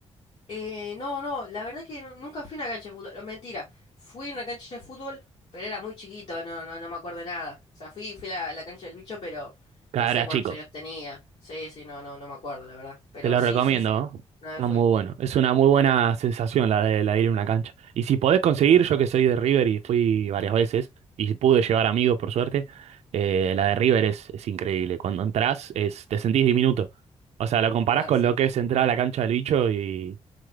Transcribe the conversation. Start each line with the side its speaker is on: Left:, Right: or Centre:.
Left: Eh, no, no, la verdad que nu- nunca fui a una cancha de fútbol. Mentira, fui a una cancha de fútbol, pero era muy chiquito, no, no, no me acuerdo de nada. O sea, fui, fui a la, la cancha del bicho, pero
Right: Cada
Left: no sé
Right: era
Left: cuántos
Right: chico.
Left: años tenía. Sí, sí, no, no, no me acuerdo, la verdad. Pero
Right: Te lo
Left: sí,
Right: recomiendo,
Left: sí,
Right: ¿no?
Left: una vez
Right: Está
Left: fui.
Right: muy bueno. Es una muy buena sensación la de, la de ir a una cancha. Y si podés conseguir, yo que soy de River y fui varias veces, y pude llevar amigos por suerte, eh, la de River es, es increíble. Cuando entrás, es, te sentís diminuto. O sea, lo comparás
Left: Ah,
Right: con
Left: sí.
Right: lo que es entrar a la cancha del bicho y...